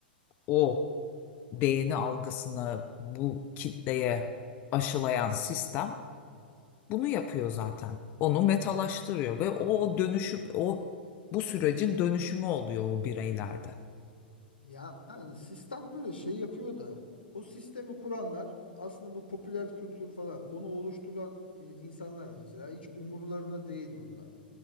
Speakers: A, on the left; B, on the left.
A: O beğeni algısını bu kitleye aşılayan sistem bunu yapıyor zaten. Onu metalaştırıyor ve o dönüşüm, o bu sürecin dönüşümü oluyor o bireylerde.
B: Ya yani sistem böyle şey yapıyor da o sistemi kuranlar aslında bu popüler kültür falan onu oluşturan e, insanlar mesela hiç umurlarına değil bunlar.